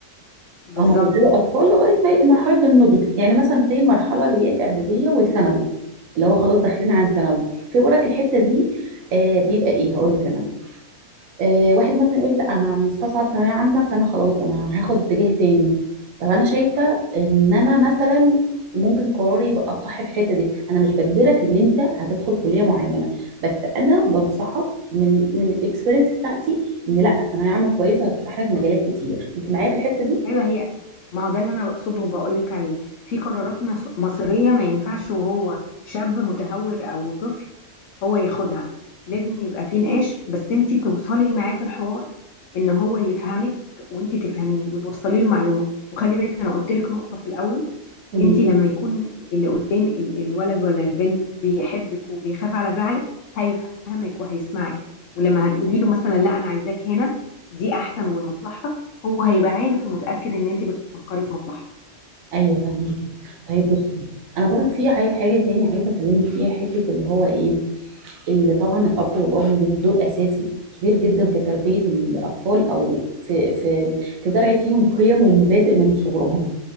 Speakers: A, on the left (about 65°); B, on the right (about 65°).
A: بالظبط
B: هم بيفضلوا اطفال لغايه ما ي- مرحله النضج يعني مثلا زي المرحله اللي هي الاعداديه والثانوي اللي هو خلاص داخلين عن ثانوي في برك الحته دي آه، بيبقى ايه هقول لك انا آه، واحد مثلا يقول لك لا انا مستصعب ثانويه عامه فانا خلاص انا هاخد اتجاه تاني طب انا شايفه ان انا مثلا ممكن قراري يبقى صح في الحته دي انا مش بجبرك ان انت هتدخل كليه معينه بس انا بنصحك من من الاكسبيرينس بتاعتي ان لا ثانويه عامه كويسه هتفتح لك مجالات كتير انت معايا في الحته دي
A: ايوه هي ما هو ده اللي انا بقصده وبقول لك عليه في قرارات مص- مصيريه ما ينفعش وهو شاب متهور او طفل هو ياخدها لازم يبقى في نقاش بس انت توصلي معاه في الحوار ان هو يفهمك وانت تفهميه وتوصلي له معلومه وخلي بالك انا قلت لك نقطه في الاول
B: قولي
A: انت
B: لي.
A: لما يكون اللي قدام ال- الولد ولا البنت بيحبك وبيخاف على زعلك هيفهمك وهيسمعك ولما هتقولي له مثلا لا انا عايزاك هنا دي احسن ولمصلحتك هو هيبقى عارف ومتأكد ان انت بتفكري في مصلحته
B: ايوه فهميكي طيب بصي انا برك في عاي- حاجه تاني عايزه اكلمك فيها حته اللي هو ايه اللي طبعا الاب والام ليهم دور اساسي كبير جدا في تربيه الاطفال او في في في زرع فيهم قيم ومبادئ من صغرهم